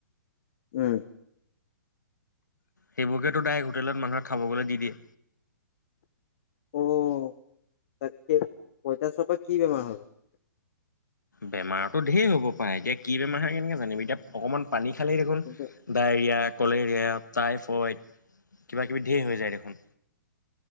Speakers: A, on the left; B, on the left.
A: উম।
B: সেইবোৰকেতো ডাইৰেক্ট হোটেলত মানুহে খাব গলে দি দিয়ে।
A: অ' তাকে। পইতাচোৰাৰ পৰা কি বেমাৰ হয় বাৰু?
B: বেমাৰটো ধেই হ'ব পাৰে। এতিয়া কি বেমাৰ হয় কেনেকে জানিম। এতিয়া অকণমান পানী খালেই দেখোন
A: কিন্তু
B: ডায়েৰিয়া, কলেৰিয়া, টাইফইড কিবাকিবি ধেই হৈ যায় দেখোন।